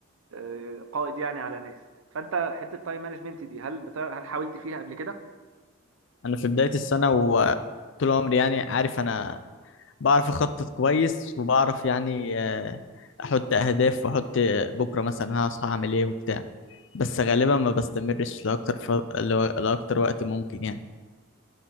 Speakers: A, on the right (about 70°); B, on the left (about 60°).
A: آه، قائد يعني على ناس فانت حته تايم مانجمنت دي هل بتاع هل حاولت فيها قبل كده
B: انا في بدايه السنه وطول عمري يعني عارف انا بعرف اخطط كويس وبعرف يعني آه، احط اهداف واحط بكره مثلا هصحى اعمل ايه وبتاع بس غالبا ما بستمرش لاكتر ف... لو- لاكتر وقت ممكن يعني